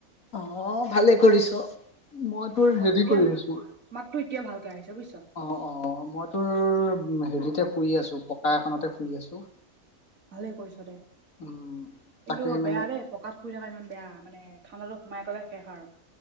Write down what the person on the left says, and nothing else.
অ ভালে কৰিছ, মই তোৰ
হেৰি
কৰি আহিছো
অ অ মই তোৰ হেৰিতে শুই আছোঁ পকা এখনতে শুই আছোঁ।
উম
তাকে
মানে